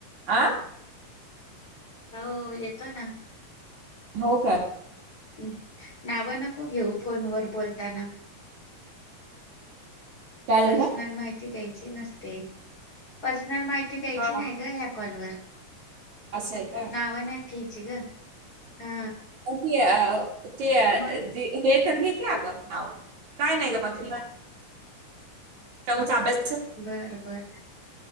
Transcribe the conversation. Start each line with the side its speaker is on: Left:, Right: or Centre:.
Right: अ
Left: हो येतो ना
Right: हो का
Left: हम् नावं नको घेऊ फोन व बोलताना
Right: काय
Left: पर्सनल
Right: झालं
Left: माहिती द्यायची नसते प आपला माहिती द्यायची
Right: हा
Left: नाही ग ह्या कॉलवरर
Right: असं आहे का
Left: नावा नाहीत घ्यायची ग हा
Right: अ ते
Left: मग
Right: हे घे काय नाही ग च अभ्यास
Left: बर बर